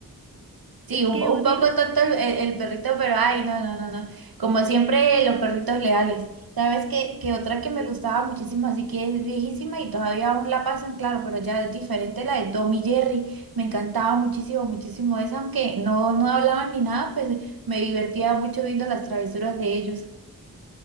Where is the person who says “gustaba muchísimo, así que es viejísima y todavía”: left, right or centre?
Right